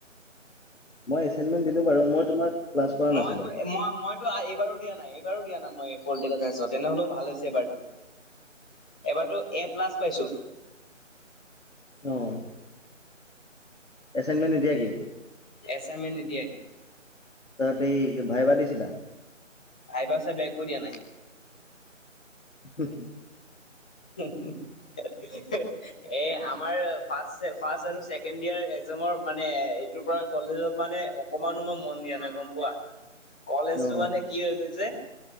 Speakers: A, on the left (about 70°); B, in the centre.
A: মই এচাইনমেন্ট দিলো বাৰু মই তোমাক- ক্লাছ কৰা
B: মই
A: নাছিলো
B: মই মইতো এইবাৰো দিয়া নাই এইবাৰো দিয়া নাই মই পলিটিকেল চাইন্সত। তেনেহ'লেও ভাল হৈছে এবাৰটো এবাৰতো এ প্লাছ পাইছো।
A: অ', এছাইনমেণ্ট নিদিয়াকে,
B: এছাইনমেণ্ট নিদিয়াকে।
A: তাতে এই ভাইবা দিছিলা?
B: ভাইবা চাইবা একো দিয়া নাই।
A: <unintelligible>
B: উ হু হে হে এ আমাৰ ফাৰ্ষ্ট ছেম ফাৰ্ষ্ট আৰু ছেকেণ্ড ইয়াৰ এক্সামৰ মানে এইটোৰ পৰা- কলেজত মানে অকমানো মই মন দিয়া নাই গম পোৱা। কলেজটো
A: অ
B: মানে কি হৈ গৈছে